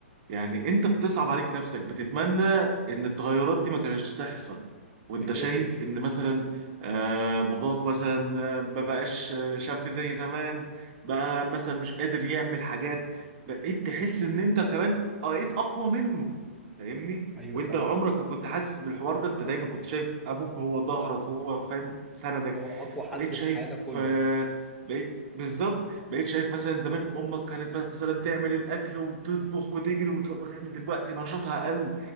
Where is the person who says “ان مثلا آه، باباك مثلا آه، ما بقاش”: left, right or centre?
Right